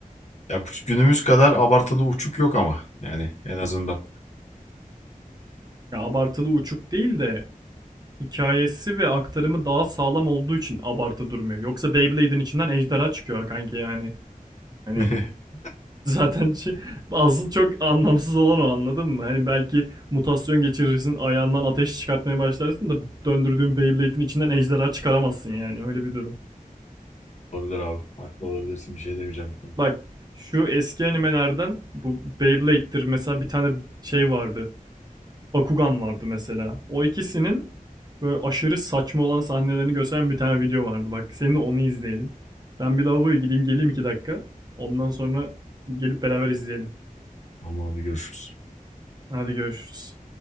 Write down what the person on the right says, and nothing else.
Ya abartılı uçuk değil de hikayesi ve aktarımı daha sağlam olduğu için abartı durmuyor. Yoksa Beyblade'in içinden ejderha çıkıyor ha kanki yani. Hani
<laughs> zaten şey- asıl çok anlamsız olan o anladın mı? Hani belki mutasyon geçirirsin ayağından ateş çıkartmaya başlarsın da döndürdüğün Beyblade'in içinden ejderha çıkaramazsın yani öyle bir durum.
Bak şu eski animelerden bu Beyblade'dir mesela bir tane şey vardı. Bakugan vardı mesela. O ikisinin böyle aşırı saçma olan sahnelerini gösteren bir tane video vardı. Bak seninle onu izleyelim. Ben bir lavaboya gideyim geleyim iki dakika. Ondan sonra gelip beraber izleyelim.
Hadi görüşürüz.